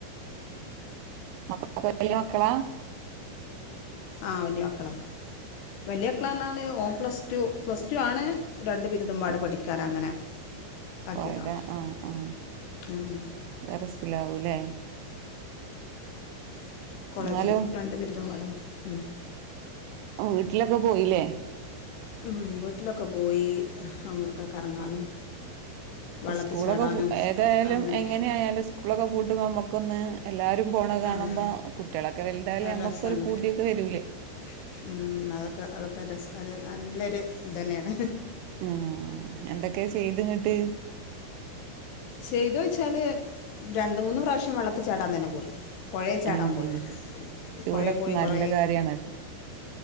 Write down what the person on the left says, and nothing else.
ആ വല്യ മക്കളാ വല്യക്കളാറഞാല് ഓൻ പ്ലസ്ടു പ്ലസ്ടു ആണ് രണ്ട് ബിരുദമ്പാടെ
പഠിക്കാന് അങ്ങനെ ആക്കിയതാണ്
ഉം
<inaudible> കോളേജില്
രണ്ട് ബിരുദമ്പാടെ പടി ഉം
ഉം വീട്ടിലൊക്കെ പോയി അങ്ങൊക്കെ കറങ്ങാനും വള്ളത്തിൽ
ചാടാനും
അങ്ങനെ
ആഹ്
ഒരു
രസാണ്
വരൂലേ ഉം <unintelligible> അത് നല്ലൊരു ഇതന്നെയാണ്
ചെയ്തു വച്ചാല് രണ്ട മൂന്ന് പ്രാവശ്യം വെള്ളത്തി ചാടാൻ തന്നെ പോയി പൊയെ ചാടാൻ
പോയി
പൊയെ പോയി
കുറ